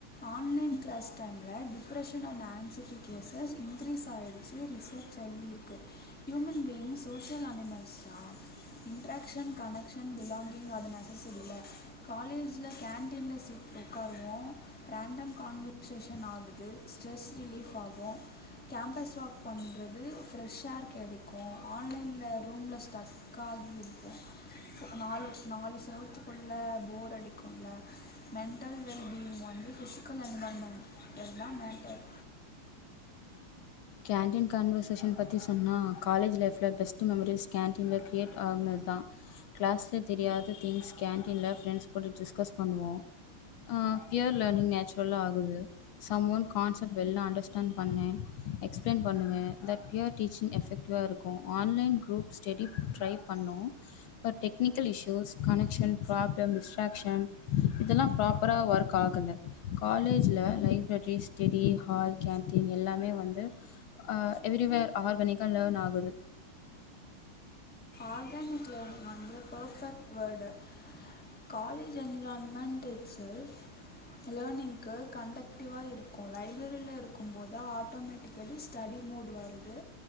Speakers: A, in the centre; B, on the left.
A: ஆன்லைன் கிளாஸ் டைம்ல depression and anxiety cases increase ஆகிடுச்சு ரிசர்ச் சொல்லியிருக்கு ஹியூமன் பீயிங் சோஷியல அனிமல்ஸ் தா இன்ட்ராக்ஷன் கனெக்ஷன் பிலாங்கிங் ங்க அது நெசசரியில்ல காலேஜில கேன்டீனில சீட் உட்காருவோ ரேண்டம் கான்வர்சேஷன் ஆகுது ஸ்ட்ரெஸ் ரிலீஃப் ஆகு கேம்பஸ் வாக் பண்ணுறது ஃப்ரெஷ் ஏர் கிடைக்கு ஆன்லைனில ரூம்ல ஸ்டக் ஆகி இருப்போ நாலு வர்ஷ் நாலு செவரத்துக்குள்ளே போர் அடிக்கும்ல மென்டல் வெல்பீயிங் வந்து ஃபிசிக்கல் என்வால்மெண்ட் தா மேட்டர்
B: கேன்டீன் கான்வர்சேஷன் பத்தி சொன்னா காலேஜ் லைஃப்ல பெஸ்ட் மெமரிீஸ் கேன்டீனல கிரியேட் ஆகுனது தா கிளாஸ்ல தெரியாத திங்ஸ் கேன்டீன்ல ஃப்ரெண்ட்ஸ் கூட டிஸ்கஸ் பண்ணுவோ அ பியூர் லேர்னிங் நேச்சுரலா ஆகுது சம் ஒன் கான்செப்ட் வெல்லா அண்டர்ஸ்டாண்ட் பண்ணே எக்ஸ்பிளைன் பண்ணுவே தட் பியூர் டீச்சிங் எஃபெக்டிவாக இருக்கு ஆன்லைன் க்ரூப் ஸ்டெடி ட்ரை பண்ணோ but technical issues connection problem distraction இதெல்லாப்ராப்பரா ஒர்க் ஆகல காலேஜில் லைப்ரரி ஸ்டெடி ஹால் கேன்டீன் எல்லாமே வந்து ந்து எவ்ரிவேர் ஆர்கனிக்கா லேர்ன் ஆகுது
A: ஆர்கானிக் லேர்னிங் வந்து perfect word college environment itself லேர்னிங்க்கு கண்டெக்டிவா இருக்கு லைப்ரரியில இருக்கு போது ஆட்டோமேட்டிக்கலி ஸ்டடி மூட் வருது